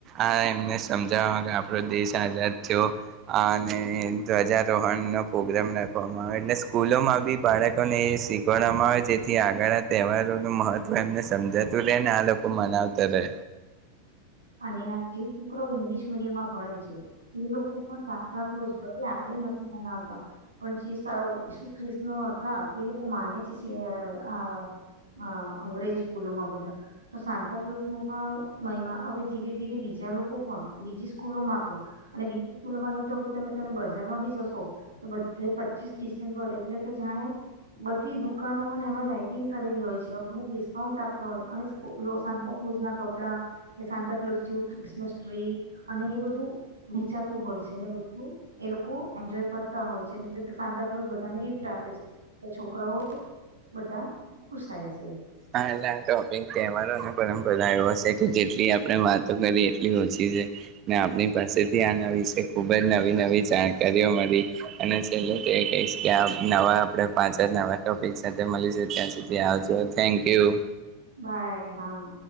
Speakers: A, on the right; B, on the right.
A: આ એમને સમજાવવામાં આપણો દેશ આઝાદ થયો અને ધ્વજારોહણનો પ્રોગ્રામ રાખવામાં આવે એટલે સ્કૂલોમાં બી બાળકોને એ શીખડવામાં આવે જેથી આગળ તહેવારો નું મહત્વ એમને સમજાતું રહેે ને આ લોકો મનાવતા રહે
B: અને જે છોકરા ઇંગ્લિશ મીડિયમમાં ભણે છે એ લોકો પણ સાતા કલુઝ ભલે આપડ નથી માનાવતા પણ જે અ ઈસુ ખ્રિસનો હતા એ લોકો માને છે આ આ અંગ્રેજી સ્કૂલોમાં બધા તો સાતા કલુઝ ન પણ મહમા હવે ધીરે ધીરે બીજા લોકો પણ બીજી સ્કૂલોમાં પણ અને કૂલવાના હોય તો તમે તમે બજારમાં ભી જશો તો બધે પચીસ ડિસેમ્બર એટલે કે જાણે બધી દુકાનોમાંને એમાં લાાઈટિંગ કરેલી હોય છે અમુક ડિસ્કાઉન્ટ આપતા હોય અને સાતાક્લુઝ ના કપડા કે સાતાક્લુઝ ક્રિસમસ ટ્રી અને એ બધું વિચાતું હોય છે ને બધું એ લોકો એન્જોય કરતા હોય છે સાતા કલોઝ ધાને ગિફ્ટ આપે છે છો છોકરાઓ બધા ખુસાય છે.
A: હ એટલે ટોપિક તહેવારો અને પરંપરા એવો છે કે જેટલી આપડે વાતો કરી એટલી ઓછી છે. ને આપડી પાસેથી આના વિશે ખુબ જ નવી-નવી જાણકારીઓ મળી. અને છેલ્લે તો એ કહીશ કે આ નવા આપડે પાછા નવા ટોપિક સાથે મલીશું ત્યાં સુધી આવજો. Thank you.
B: બાય હા.